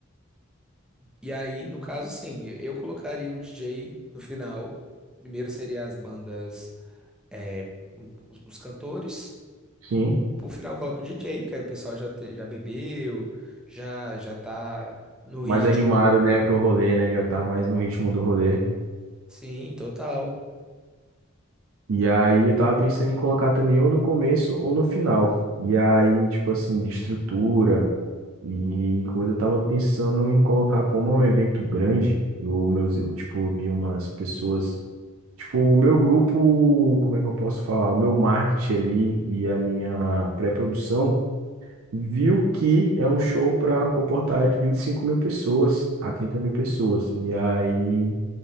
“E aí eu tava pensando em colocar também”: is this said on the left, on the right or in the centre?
Right